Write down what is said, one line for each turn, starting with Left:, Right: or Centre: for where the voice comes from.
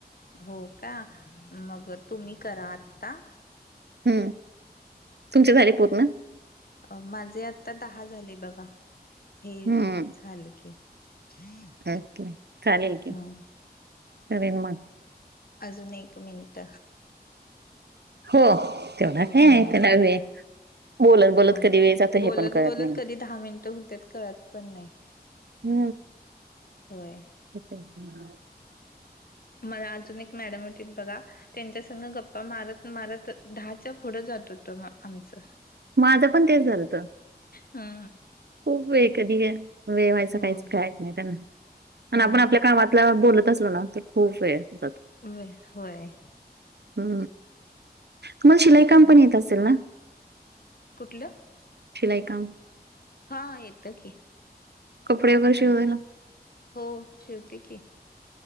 Left: हो का मग तुम्ही करा आत्ता
Right: हू तुमचे झाले पूर्ण
Left: अ माझे आता दहा झाले बघा हे
Right: हं.
Left: झालं की <inaudible>
Right: ओके चालेल की
Left: हा.
Right: करेल मग
Left: अजून एक मिनट
Right: तेवढा काय
Left: हा
Right: हाय त्याला वेळ बोलत, बोलत
Left: होय
Right: कधी वेळ जातो
Left: बोलत
Right: हे पण कळत
Left: बोलत
Right: नाही.
Left: कधी दहा मिनटं हुत्यात कळत पण नाही
Right: हू
Left: होय
Right: <unintelligible>
Left: मला अजून एक मॅडम होतीत बघा त्यांच्या संग गप्पा मारत मारत दहाच्या पुढं जात होतं आमचं
Right: माझं पण तेच झालंत
Left: हा
Right: खूप वेळ कधी वेळ व्हायचं
Left: होय
Right: काहीच कायच नाही त्यांन आणि
Left: हा
Right: आपण आपल्या कामात आपला बोलत असलो ना तर खूप वेळ जातो
Left: व होय
Right: हू तुम्हाला शिलाई काम
Left: आणि
Right: पण येत असेल ना
Left: कुठलं
Right: शिलाई काम
Left: हा येतं की.
Right: कपडे वगैरे शिवायला.
Left: हो शिवते की.